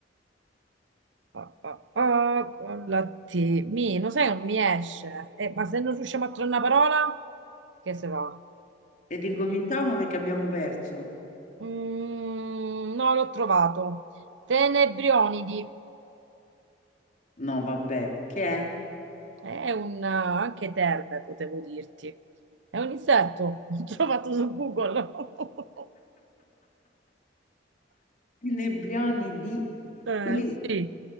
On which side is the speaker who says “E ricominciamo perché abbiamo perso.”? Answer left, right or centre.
Left